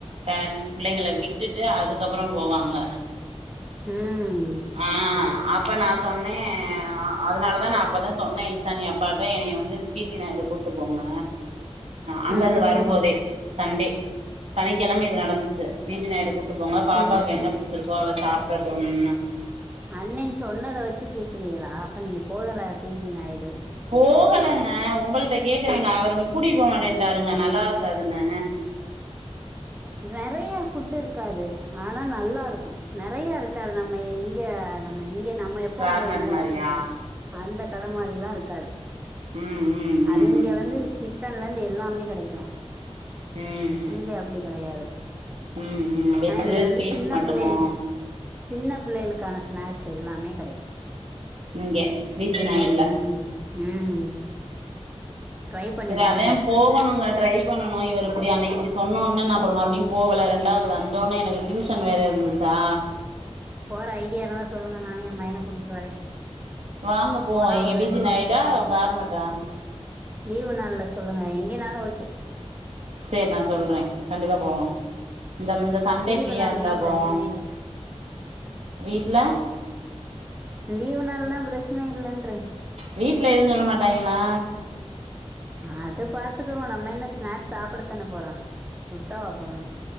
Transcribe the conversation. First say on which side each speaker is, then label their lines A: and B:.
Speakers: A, on the right; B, on the right.
A: பேரண்ட்ஸ் பிள்ளைங்கள விட்டுட்டு அதுக்கப்புற போவாங்க
B: ம்
A: ஆ அப்ப நா சொன்னே அதனாலதா நா அப்பதா சொன்னே ஈசானி அப்பாட்ட எனையே வந்து பி ஜி நாய் டுக்கு கூட்டு போங்க அங்கருந்து
B: ம்
A: வரும்போதே சண்டே சனிக்கெழம இது நடந்துச்சு P G Naidu Koot to போங்க பாப்பாவுக்கு
B: நீங்க
A: என்ன பிடிச்சிருக்கோ அவ சாப்டட்டும்னு
B: அன்னக்கி சொன்னத வச்சு கேக்கறிகளா அப்ப நீங்க போகல பி ஜி நாயுடு
A: போகல ஆ உங்கள்ட கேக்கறேங்க அவரு கூட்டிட் போ மாட்டேருன்ட்டாங்க நல்லாருக்காதுன்னு
B: நறைய ஃபுட் இருக்காது ஆனா நல்லாருக்கு நிறையா இருக்காது நம்ம இங்க இப்ப நம்ம இங்க நம்ம எப்பவும்
A: கார்மெண்ட்
B: போம்ல
A: மாரியா
B: அந்த கட மாரிலா இருக்காது
A: ம் ம் ம்
B: அது இங்க வந்து சிக்கன்ல இருந்து எல்லாமே கெடைக்கு
A: ம்
B: இங்க அப்டி கெடையாது
A: ம் ம் வெஜ்ஜு
B: ஆனா இங்க வந்து
A: ஸ்வீட்ஸ்
B: சின்ன
A: மட்டுமோ
B: பிள்ளைகள் சின்ன பிள்ளைகளுக்கான ஸ்நாக்ஸ் எல்லாமே கெடைக்கு
A: இங்க பீச்சி நாயுடுல
B: ம் ம் ட்ரை பண்ணி
A: சரி
B: பாருங்க
A: அதே போகணுங்க ட்ரை பண்ணணு இவர் இப்படி அன்னைக்கு இப்படி சொன்னொன் ன நா அப்பற மறுபடியு போகல ரெண்டாது வந்தோனே எனக்கு டியூஷன் வேற இருந்துச்சா
B: போற ஐடியா இருந்தா சொல்லுங்க நானு எ மையன கூட்டிட்டு வரே
A: வாங்க போவோ
B: போனா
A: எங்க
B: ஒரு
A: பி ஜி நாயுடா கார்மெட்டா
B: லீவு் நாள்ல சொல்லுங்க எங்கேனாலு ஓகே
A: சரி நா சொல்றே கண்டிப்பா போவோ இந்த இந்த சண்டே
B: லீவு
A: ஃப்ரீயா
B: நாள்னா
A: இருந்தா போவோ
B: பிரச்சன இல்ல
A: வீட்ல
B: லீவு நாள்னா பிரச்சனை இல்லேன்ற
A: வீட்ல எது சொல்ல மாட்டாய்ங்ளா
B: அது பாத்துக்ருவோ நம்ம என்ன ஸ்நாக்ஸ் சாப்படத்தான போறோ சுத்தவா போறோ